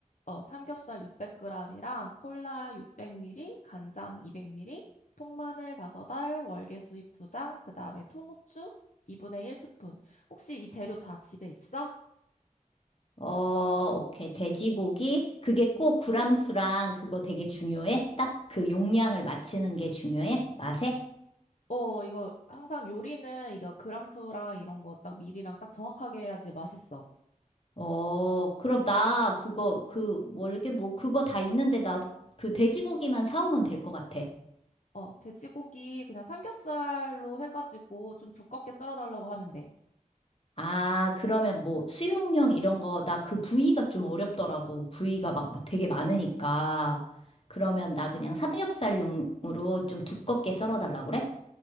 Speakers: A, on the left; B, on the left.
A: 어, 삼겹살 600g이랑 콜라 600ml, 간장 200ml, 통마늘 5알, 월계수잎 2장, 그 다음에 통후추 2분의 1 스푼. 혹시 이 재료 다 집에 있어?
B: 어, 오케이. 돼지고기? 그게 꼭 구람수랑 그거 되게 중요해? 딱 그 용량을 맞추는 게 중요해? 맛에?
A: 어, 이거 항상 요리는 이거 그람수랑 이런 거 딱 미리랑 딱 정확하게 해야지 맛있어.
B: 어, 그럼 나 그거, 그, 뭐, 이렇게 뭐, 그거 다 있는데 나 그 돼지고기만 사오면 될 것 같아.
A: 어, 돼지고기 그냥 삼겹살로 해가지고 좀 두껍게 썰어달라고 하면 돼.
B: 아, 그러면 뭐 수육용 이런 거, 나 그 부위가 좀 어렵더라고. 부위가 막뭐 되게 많으니까. 그러면 나 그냥 삼겹살용으로 좀 두껍게 썰어달라고 그래?